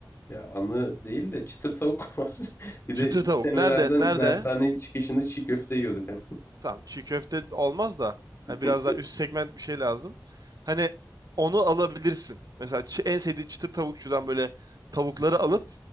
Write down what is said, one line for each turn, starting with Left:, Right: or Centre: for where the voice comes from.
Left: Ya anı değil de çıtır tavuk <laughs> var. Bir
Right: Çıtır
Left: de ilk
Right: tavuk.
Left: senelerden
Right: Nerede? Nerede?
Left: dershane çıkışında çiğ köfte yiyorduk. Hani
Right: Tamam çiğ köfte olmaz da hani biraz
Left: <laughs>
Right: daha üst segment bir şey lazım. Hani onu alabilirsin. Mesela çi- en sevdiği çıtır tavukçudan böyle tavukları alıp